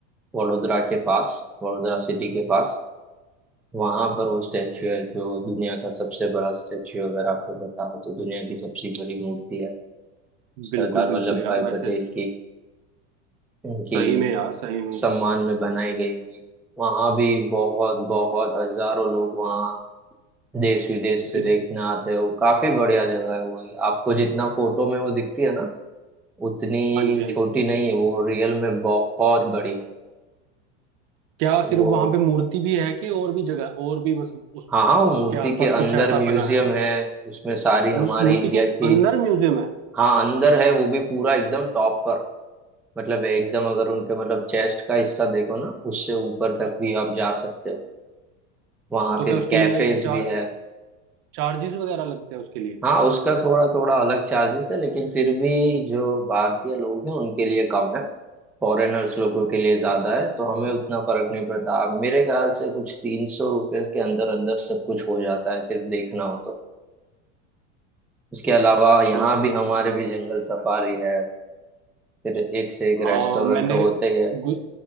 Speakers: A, in the centre; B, on the right (about 50°).
A: वडोदरा के पास वडोदरा सिटी के पास वहां पर वो स्टैचू है जो दुनिया का सबसे बड़ा स्टैचू अगर आपको पता हो तो दुनिया की सबसे बड़ी मूर्ति है
B: बिल्कुल
A: सरदार
B: बिल्कुल
A: वल्लभ
B: यार
A: भाई
B: वैसे
A: पटेल की उनकी
B: सही में यार सही में
A: सम्मान में बनाई गई हुई वहां भी बहुत बहुत हजारों लोग वहाँ देश विदेश
B: विज-
A: से देखने आते हैं वो काफी बढ़िया जगह है वो आपको जितना फोटो में वो दिखती है ना उतनी
B: हाँ जी हाँ
A: छोटी
B: जी
A: नहीं है वो रियल में बहुत बड़ी है
B: क्या
A: वो
B: सिर्फ वहां पे मूर्ति भी है कि और भी जगह और भी मतलब उस
A: हाँ हाँ वो मूर्ति
B: उसके आसपास
A: के अंदर
B: कुछ ऐसा
A: म्यूजियम
B: बना है
A: है उसमें सारी हमारी
B: मूर्- मूर्ति
A: इंडिया
B: के
A: की
B: अंदर म्यूजियम है
A: हाँ अंदर है वो भी पूरा एकदम टॉप पर मतलब एकदम अगर उनके मतलब चेस्ट का हिस्सा देखो ना उससे ऊपर तक
B: अच्छा,
A: भी आप जा सकते हो वहाँ
B: तो
A: फिर
B: क्या उसके
A: कैफेज
B: लिए चार
A: भी है
B: चार्जेस वगैरह लगते हैं उसके लिए
A: हाँ उसका थोड़ा थोड़ा अलग चार्जेस है लेकिन फिर भी जो भारतीय लोग हैं उनके लिए कम है फॉरेनर्स लोगों के लिए ज्यादा है तो हमें उतना फर्क नहीं पड़ता अब मेरे ख्याल से कुछ तीन सौ रुपये के अंदर अंदर सब कुछ हो जाता है सिर्फ देखना हो तो उसके अलावा यहाँ
B: ठीक
A: भी हमारे भी जंगल सफारी है फिर एक से एक
B: हाँ
A: रेस्टोरेंट
B: मैंने
A: तो होते ही है
B: गु,